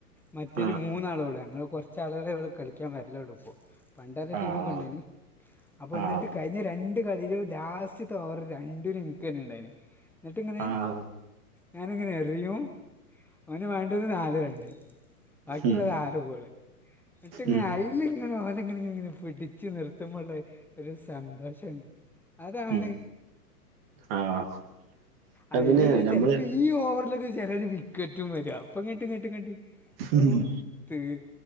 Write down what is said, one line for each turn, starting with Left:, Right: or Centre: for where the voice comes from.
Centre: മറ്റേല്
Right: ആഹ്
Centre: മൂന്നാളുള്ളെ. ഞങ്ങള് കൊർച്ച് ച്ചാളുകളെ ഇവടെ കളിക്കാൻ വര്ലൊള്ളു ഇപ്പൊ. പണ്ടല്ല ടീമൊക്കെ
Right: ആഹ്
Centre: ഇണ്ടായ്നി. അപ്പോന്ന്ട്ട്
Right: ആഹ്
Centre: കഴിഞ്ഞ രണ്ട് കളീലും, ലാസ്റ്റ്ത്തോവറ് രണ്ട്ലും ഇൻക്കെന്നെണ്ടായീന് എന്നിട്ടിങ്ങനെ
Right: ആഹ്
Centre: ഞാനിങ്ങനെ എറിയും അവന്ന് വേണ്ടത് നാല് റെണ്ണ്. ബാക്കിയുള്ളത്
Right: ഉം
Centre: ആറ് ബോൾ എന്നട്ടി ങ്ങനെ
Right: ഉം
Centre: അതിൽ ഇങ്ങനെ ഓനെങ്ങന ഇങ്ങന പിടിച്ചു നിർത്തുമ്പോള്ള ഒരു സന്തോഷുണ്ട് അതാണ്
Right: ഉം ആഹ്, ആ
Centre: അതിലൊരു
Right: പിന്നെ നമ്മള്
Centre: ചിലപ്പോൾ ഈ ഓവറിലൊക്കെ ചിലരു വിക്കറ്റും വര അപ്പങ്ങട്ട് ങ്ങട്ട്, ങ്ങട്ട് മ്
Right: ഉം